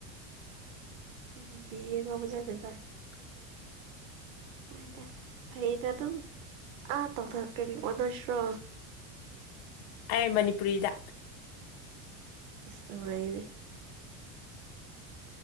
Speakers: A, on the right; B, on the left.
A: ꯎ ꯑ ꯄꯕꯖꯅ ꯀꯥꯏ
B: ꯆꯥꯛ
A: ꯍꯗ ꯐꯩꯗ ꯑꯗꯨ ꯑꯥ ꯇ ꯊ ꯀꯔꯤ ꯑꯣꯗꯁ꯭ꯔ
B: ꯑꯩ ꯃꯅꯤꯄꯨꯔꯤꯗ
A: ꯑꯁꯅꯉꯥꯏꯗꯤ